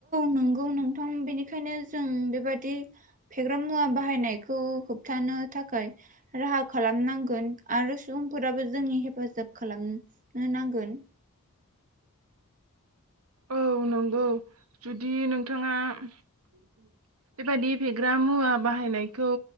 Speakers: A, on the right; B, on the right.
A: नंगौ नोंथां बेनिखायनो जों बेबादि फेग्रा मुवा बाहायनायखौ होबथानो थाखाय राहा खालामनांगोन आरो सुबुंफोराबो जोंनि हेफाजाब खालामनो नांगोन।
B: औ नंगौ जुदि नोंथाङा बेबादि फेग्रा मुवा बाहायनायखौ